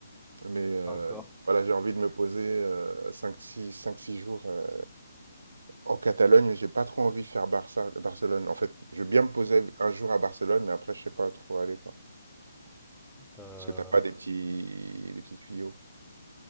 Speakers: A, on the right; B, in the centre.
A: Mais euh,
B: pas encore.
A: voilà, j'ai envie de me poser euh, 5-6 5-6 jours euh, en Catalogne, mais j'ai pas trop envie de faire Barça, Barcelone. En fait, je veux bien me poser un jour à Barcelone, mais après, je sais pas trop où aller, quoi.
B: Euh,
A: Parce que t'as pas des petits, des petits tuyaux.